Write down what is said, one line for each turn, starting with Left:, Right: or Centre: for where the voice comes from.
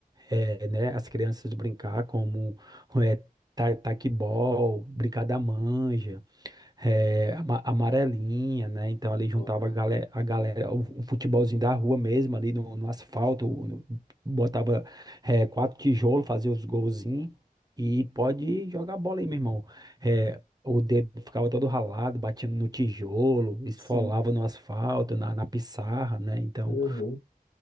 Right: é, né, as crianças brincar como é, ta- taquebol, brincar da manja é, ama- amarelinha, né? Então ali juntava
Left: nossa,
Right: a galera, a galera o, o futebolzinho da rua mesmo, ali no, no asfalto, no- botava é, quatro tijolos, fazia os golzinhos e pode jogar bola aí, meu irmão. É, o dedo ficava todo ralado, batendo no tijolo, esfolava
Left: sim.
Right: no asfalto, na, na pissarra, né? Então,
Left: Uhum.